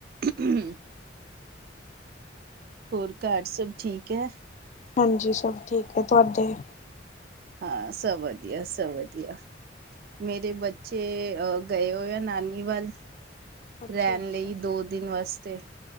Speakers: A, on the right (about 55°); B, on the left (about 40°).
A: <inaudible> ਹੋਰ ਘਰ ਸਭ ਠੀਕ ਐ?
B: ਹਾਂਜੀ ਸਭ ਠੀਕ ਐ, ਤੁਹਾਡੇ?
A: ਹਾਂ ਸਭ ਵਧੀਆ-ਵਧੀਆ। ਮੇਰੇ ਬੱਚੇ ਅ ਗਏ ਹੋਏ ਆ ਨਾਨੀ ਵੱਲ
B: ਅੱਛਾ
A: ਰੈਨ
B: ਅੱਛਾ
A: ਲਈ ਦੋ ਦਿਨ ਵਾਸਤੇ।